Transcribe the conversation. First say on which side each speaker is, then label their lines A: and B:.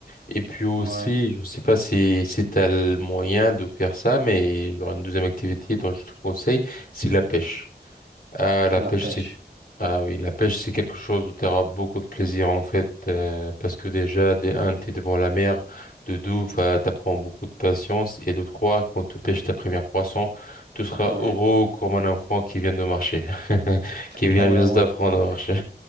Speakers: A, on the left; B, on the right.
A: Et puis aussi,
B: Ouais,
A: je sais pas si, si tu as le moyen de faire ça, mais genre une deuxième activité dont je te conseille, c'est la pêche. Ah, la
B: la
A: pêche,
B: pêche,
A: c'est ah oui, la pêche, c'est quelque chose où tu auras beaucoup de plaisir en fait, euh, parce que déjà, de un, t'es devant la mer, de deux, bah, t'apprends beaucoup de patience, et de trois, quand tu pêches ta première poisson, tu seras
B: ouais.
A: heureux comme un enfant qui vient de marcher, <laughs> qui vient
B: Ah ouais,
A: juste
B: ouais,
A: d'apprendre
B: ouais.
A: à marcher.